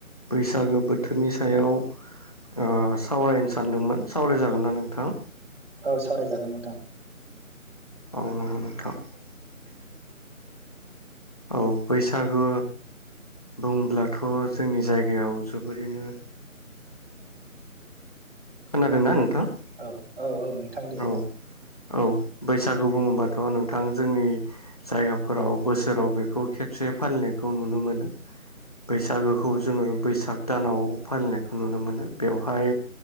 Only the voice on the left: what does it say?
बैसागो बोथोरनि सायाव ओस सावरायनो सानदोंमोन सावरायजागोन ना नोंथां?
अ नंगौ नोंथां। <unintelligible> औ बैसागु बुङोब्लाथ' जोंनि जायगायाव जोबोरैनो खोनादों ना नोंथां?
औ
औ बैसागु बुङोबाथ' नोंथां जोंनि जायगाफोराव बोसोराव बेखौ खेबसे बे फालिनायखौ नुनो मोनो। बैसागोखौ जोङो बैसाग दानाव फालिनायखौ नुनो मोनो बेवहाय